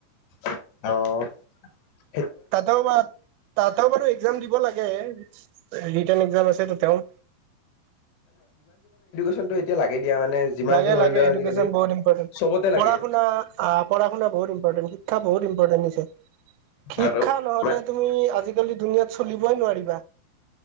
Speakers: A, on the left; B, on the right.
A: অহ',
B: তাত <unintelligible> তাতেও বাৰু এক্সাম দিব লাগে ৰিটেণ এক্সাম আছে তাতেও
A: টো এতিয়া লাগে। দিয়া মানে যিমান
B: লাগে
A: যি কৰিলেও
B: - লাগে এডুকেশ্যন
A: আজিকালি
B: বহুত ইম্পৰ্টেণ্ট।
A: চবতে লাগে
B: পঢ়া শুনা পঢ়া শুনা বহুত ইম্পৰ্টেণ্ট। শিক্ষা বহুত ইম্পৰ্টেন্ট হৈছে। শিক্ষা
A: আৰু
B: নহ'লে তুমি আজি আজিকালি দুুনীয়াত চলিবই নোৱাৰিবা।